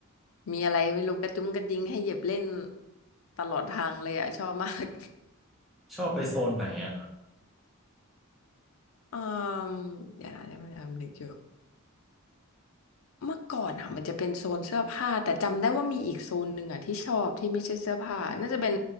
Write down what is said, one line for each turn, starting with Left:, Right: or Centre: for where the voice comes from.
Left: มีอะไรไม่รู้กระจุงกระดิงให้เหยียบเล่นตลอดทางเลยอ่ะชอบมาก
Centre: ชอบไปโซนไหนอ่ะ
Left: <laughs> อืมเดี๋ยวนะเดี๋ยวนะนึกอยู่ เมื่อก่อนอ่ะมันจะเป็นโซนเสื้อผ้าแต่จำได้ว่ามีอีกโซนหนึ่งอ่ะที่ชอบที่ไม่ใช่เสื้อผ้าน่าจะเป็น